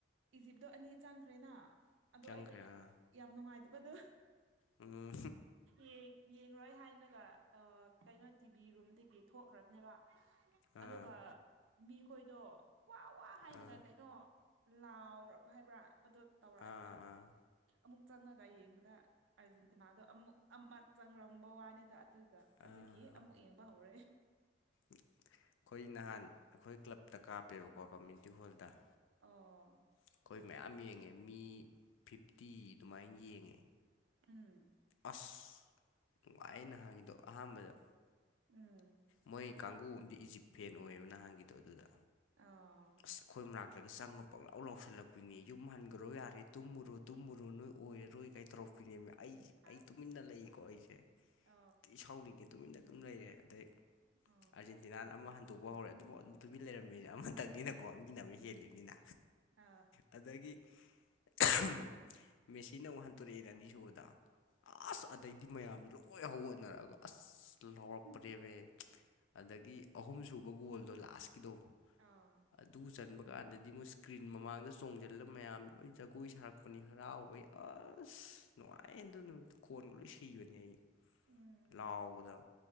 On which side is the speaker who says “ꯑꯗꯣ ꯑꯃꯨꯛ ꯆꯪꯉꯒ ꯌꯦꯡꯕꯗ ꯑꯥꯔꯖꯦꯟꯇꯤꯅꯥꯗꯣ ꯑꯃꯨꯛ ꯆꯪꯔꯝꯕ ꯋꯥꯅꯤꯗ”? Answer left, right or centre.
Right